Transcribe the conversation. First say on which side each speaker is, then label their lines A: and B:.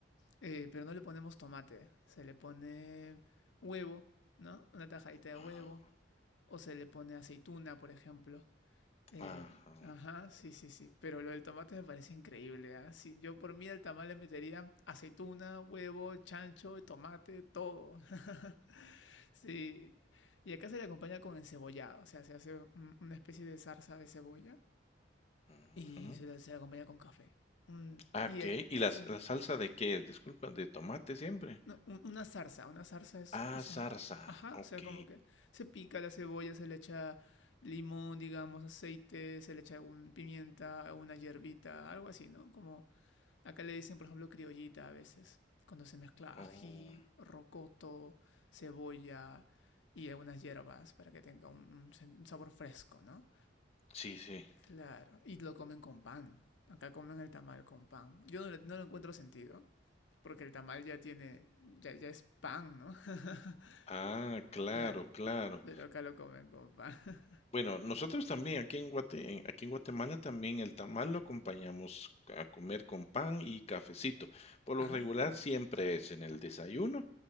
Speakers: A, on the left; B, on the left.
A: eh, pero no le ponemos tomate, se le pone huevo, ¿no? Una tajadita de
B: Ah,
A: huevo, o se le pone aceituna, por ejemplo. Eh,
B: Ajá.
A: ajá, sí, sí, sí. Pero lo del tomate me parece increíble, ¿ah? Sí, yo por mí al tamal le metería aceituna, huevo, chancho, tomate, todo. <laughs> Sí. Y acá se le acompaña con encebollado, o sea, se hace un- una especie de zarza de cebolla
B: ujú.
A: y se la, se la acompaña con café. Mm,
B: Ah,
A: y
B: Ok,
A: ahí-
B: ¿y
A: sí.
B: las- la salsa de qué? Disculpa, de tomate siempre.
A: No, un- una zarza, una zarza es,
B: Ah,
A: o sea,
B: zarza,
A: ajá,
B: ok.
A: o sea, como que se pica la cebolla, se le echa limón, digamos, aceite, se le echa un pimienta, una hierbita, algo así, ¿no? Como acá le dicen, por ejemplo, criollita a veces, cuando se mezcla
B: Oh,
A: ají, rocoto, cebolla y algunas hierbas para que tenga un, un sen- un sabor fresco, ¿no?
B: sí, sí.
A: Claro, y lo comen con pan. Acá comen el tamal con pan. Yo no le- no lo encuentro sentido porque el tamal ya tiene, ya, ya es pan, ¿no? <laughs>
B: Ah, claro,
A: Claro,
B: claro.
A: pero acá lo comen con pan. <laughs>
B: Bueno, nosotros también aquí en Guate- en- aquí en Guatemala también el tamal lo acompañamos a comer con pan y cafecito. Por lo
A: Ah,
B: regular siempre es en el desayuno